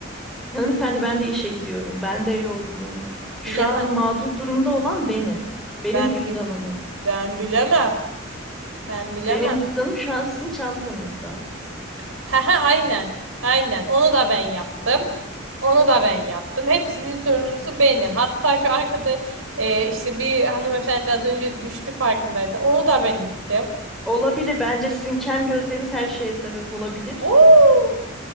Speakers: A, in the centre; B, on the right.
A: Hanımefendi ben de işe gidiyorum. Ben de yorgunum. Şu
B: bilemem.
A: an mağdur durumda olan benim. Benim
B: Ben
A: cüzdanım
B: bi-
A: yok.
B: ben bilemem. Ben bilemem.
A: Benim cüzdanım şu an sizin çantanızda.
B: <laughs> He he aynen. Aynen. Onu da ben yaptım. Onu da ben yaptım. Hepsinin sorumlusu benim. Hatta şu arkada e, işte bir hanımefendi az önce düştü farkındaysan. Onu da ben ittim.
A: Olabilir. Bence sizin kem gözleriniz her şeye sebep olabilir.
B: Oo!